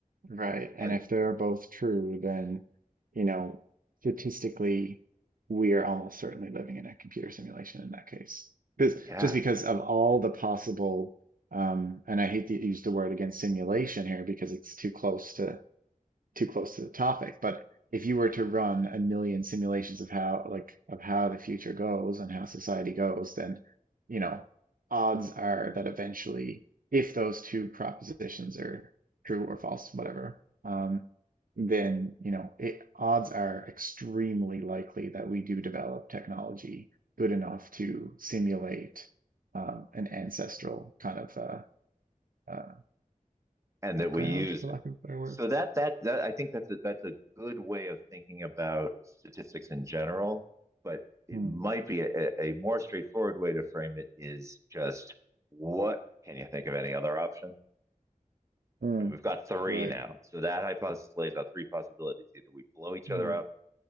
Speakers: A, on the right (about 90°); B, on the right (about 20°).
A: right. And
B: and
A: if they're both true, then you know, statistically, we are almost certainly living in a computer simulation in that case. Because
B: yeah,
A: just because of all the possible, um, and I hate to use the word again, simulation here because it's too close to too close to the topic, but if you were to run a million simulations of how like of how the future goes and how society goes, then you know, odds are that eventually, if those two propositions are true or false, whatever, um, then you know, it, odds are extremely likely that we do develop technology good enough to simulate um, an ancestral kind of uh, uh,
B: and
A: background,
B: that we use
A: for
B: it.
A: lack of a better word.
B: So that that that I think that's a, that's a good way of thinking about statistics in general, but it
A: Hmm.
B: might be a, a more straightforward way to frame it is just what can you think of any other option?
A: Hmm.
B: And we've got three
A: Right.
B: now. So that hypothesis lays out three possibilities. Either we blow each
A: Hmm.
B: other up